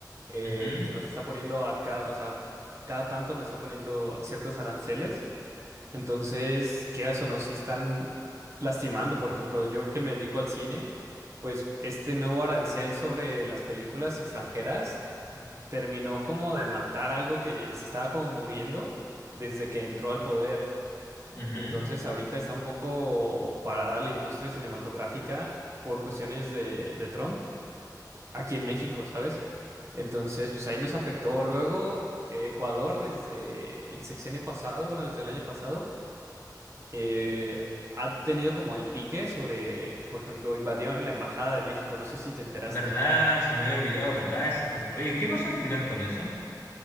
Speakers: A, on the right (about 40°); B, on the left (about 30°).
A: eh,
B: ujú,
A: que nos está poniendo a cada, o sea, cada tanto nos está poniendo ciertos aranceles. Entonces, quieras o no, si están lastimando, por ejemplo, yo que me dedico al cine, pues este nuevo arancel sobre las películas extranjeras terminó como de matar algo que se estaba como muriendo desde que entró al poder.
B: ujú.
A: Entonces, ahorita está un poco parada la industria cinematográfica por cuestiones de, de Trump aquí en México, ¿sabes? Entonces, pues ahí nos afectó. Luego, eh, Ecuador desde el sexenio pasado, bueno, desde el año pasado eh, ha tenido como el pique sobre que, por ejemplo, invadieron la Embajada de México. No sé si te enteraste.
B: ¿Verdad? Se me había olvidado, ¿verdad? Esa cuestión. Oye, ¿qué pasó al final con eso?